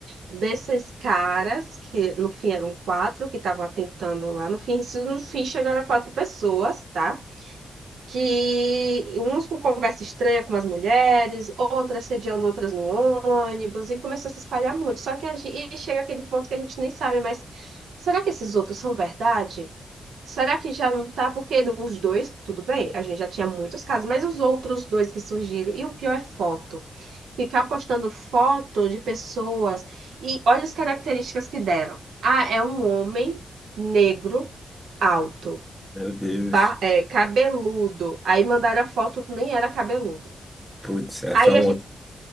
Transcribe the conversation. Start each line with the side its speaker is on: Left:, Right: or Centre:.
Right: desses caras, que no fim eram quatro, que estavam atentando lá, no fim, isso no fim chegaram a quatro pessoas, tá? que uns com conversa estranha com as mulheres, outras sediando outras no ônibus, e começou a se espalhar muito. Só que a gente, e chega aquele ponto que a gente nem sabe, mas será que esses outros são verdade? Será que já não tá? Porque os dois, tudo bem, a gente já tinha muitos casos, mas os outros dois que surgiram, e o pior é foto. Ficar postando foto de pessoas e olha as características que deram. Ah, é um homem negro alto
Centre: Meu Deus.
Right: ba- é, cabeludo. Aí mandaram a foto, nem era cabeludo.
Centre: Putz, é
Right: Aí
Centre: só um
Right: a gente,
Centre: outro,